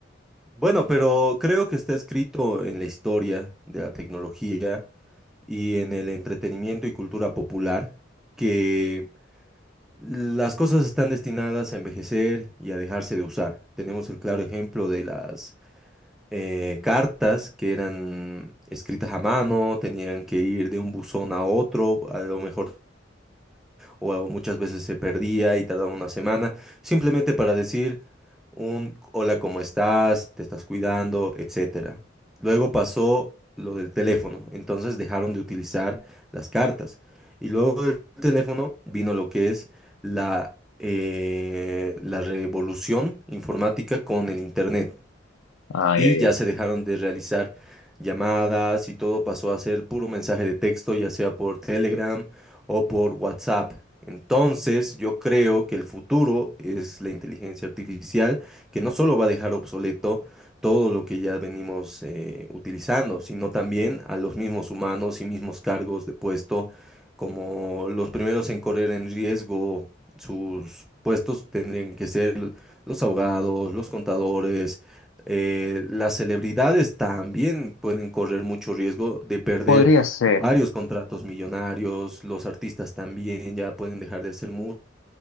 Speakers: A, in the centre; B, on the left (about 85°).
A: Bueno, pero creo que está escrito en la historia de la tecnología y en el entretenimiento y cultura popular que Las cosas están destinadas a envejecer y a dejarse de usar. Tenemos el claro ejemplo de las eh, cartas que eran escritas a mano, tenían que ir de un buzón a otro, a lo mejor o muchas veces se perdía y tardaba una semana, simplemente para decir un hola, ¿cómo estás? ¿Te estás cuidando? etcétera. Luego pasó lo del teléfono, entonces dejaron de utilizar las cartas. Y luego del teléfono vino lo que es la, eh, la revolución informática con el internet
B: Ay,
A: y
B: ay,
A: ya
B: ay.
A: se dejaron de realizar llamadas y todo pasó a ser puro mensaje de texto, ya sea por Telegram o por WhatsApp. Entonces, yo creo que el futuro es la inteligencia artificial, que no solo va a dejar obsoleto todo lo que ya venimos eh, utilizando, sino también a los mismos humanos y mismos cargos de puesto, como los primeros en correr en riesgo sus puestos tendrían que ser los abogados, los contadores, eh, las celebridades también pueden correr mucho riesgo de perder
B: Podría ser.
A: varios contratos millonarios, los artistas también ya pueden dejar de hacer música,